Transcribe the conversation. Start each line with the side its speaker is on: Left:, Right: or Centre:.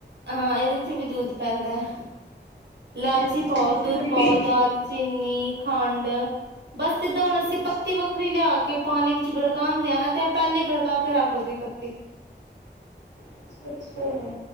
Right: ਹਾਂ ਇਹਦੇ ਚ ਵੀ ਦੁੱਧ ਪੈਂਦਾ ਹੈ ਲਾਚੀ
Left: ਤੇ ਅੱਛਾ
Right: ਪਾਓ
Left: ਅਸੀਂ
Right: ਦੁੱਧ
Left: ਕਦੀ ਪੀਤੀ
Right: ਪਾਓ ਦਾਲ ਚੀਨੀ ਖੰਡ ਬਸ ਸਿੱਦਾਂ ਹੁਣ
Left: ਅੱਛਾ
Right: ਅਸੀਂ ਪੱਤੀ ਵੱਖਰੀ ਲਿਆ ਕੇ ਪਾਣੀ ਵਿੱਚ ਗੜਕਾਂਦੇ ਆ ਨਾ ਤੇ ਇਹ ਪਹਿਲੀ ਗੜਕਾ ਕੇ ਰੱਖ ਲਓ ਪੱਤੀ
Left: ਅੱਛਾ ਅੱਛਾ